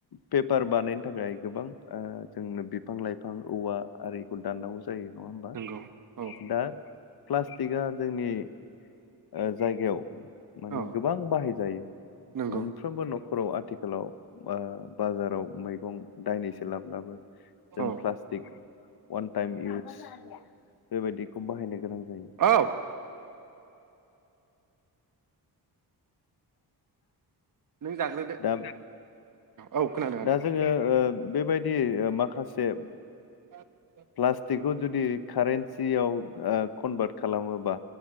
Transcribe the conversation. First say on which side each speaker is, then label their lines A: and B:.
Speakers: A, on the left; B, on the right.
A: पेपार बानायनो थाखाय गोबां ओ जोंनो बिफां लाइफां औवा आरिखौ दाननांगौ जायो। जायो नङा होमबा
B: नंगौ औ
A: दा प्लास्टिकआ जोंनि ओ जायगायाव माने
B: औ
A: गोबां बाहायजायो
B: नंगौ
A: मोनफ्रोमबो न'ख फोराव आथिखालाव बा बाजाराव मैगं दायनैसो लाब्लाबो जों
B: औ
A: प्लास्टिक अवान टाइम इउस बेबायदि खौ बाहायनो गोनां जायो।
B: औ नों जाग्रोदो।
A: दा
B: औ खोनादों आदा
A: दा जोङो ओ बेबायदि माखासे <unintelligible>
B: <unintelligible>
A: प्लास्टिकखौ जुदि कारेन्सियाव ओ कनभार्ट खालामोबा